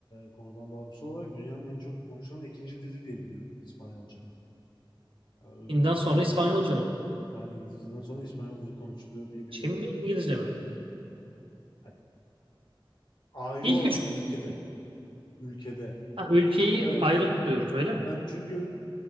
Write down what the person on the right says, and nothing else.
Çin'den
sonra
İspanyolca mı?
Çin mi
İngilizce mi?
İlk
üç
Ha, ülkeyi
ayrı tutuyoruz
öyle
mi?